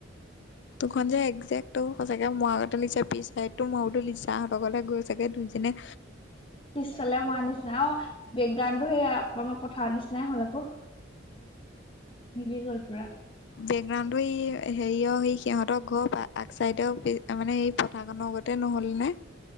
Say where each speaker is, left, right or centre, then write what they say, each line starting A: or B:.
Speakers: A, on the left (about 65°); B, on the left (about 30°).
A: দুখন যে একজেক্ট টো সঁচাকে মই লিখা পিছত ময়ো তো লিচা হঁতৰ লৈকে গৈ ছাগে দুইজনেই
B: পিছফালে মৱা নিচিনা অ বেকগ্ৰাউটো সেইয়া <unintelligible> পথাৰৰ নিচিনাই হ'ল আকৌ মিলি গ'ল পুৰা।
A: বেকগ্ৰাউণ্ড টো ই হেৰিয় স সিহঁতৰ ঘৰ আগ চাইডৰ মানে কথা খনৰ গতে নহ'ল নে?